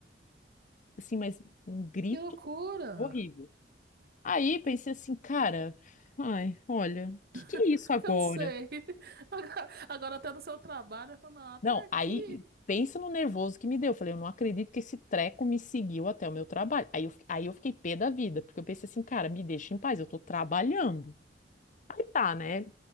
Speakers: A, on the left; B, on the right.
A: Assim, mas um grito
B: Que loucura!
A: horrível. Aí pensei assim, cara, ai, olha, o que que
B: <laughs>
A: é isso agora?
B: Cansei. Agora, agora até no seu trabalho, falando, até
A: Não,
B: aqui.
A: aí pensa no nervoso que me deu. Eu falei, eu não acredito que esse treco me seguiu até o meu trabalho. Aí eu, fi- aí eu fiquei pé da vida, porque eu pensei assim, cara, me deixa em paz, eu tô trabalhando. Aí tá, né?